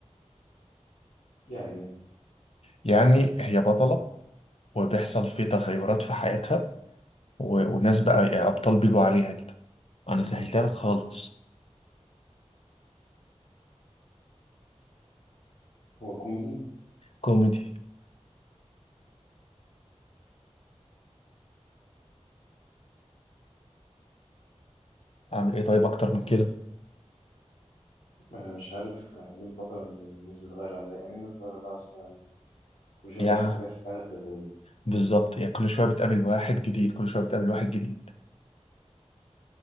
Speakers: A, on the left (about 90°); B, on the left (about 55°).
A: يعني
B: يعني هي بطلة وبيحصل في تغيرات في حياتها و... وناس بقى يعني أبطال بيجوا عليها كده أنا سهلتها لك خالص
A: هو كوميدي
B: كوميدي أعمل إيه طيب أكتر من كده
A: أنا مش عارف يعني إيه الفترة اللي الناس بتغير عليها يعني إيه الناس بتغير عليها أصلا يعني كل شوية
B: يعني
A: بيحصل حاجات في حياتها تغير.
B: بالظبط يعني كل شوية بتقابل واحد جديد كل شوية بتقابل واحد جديد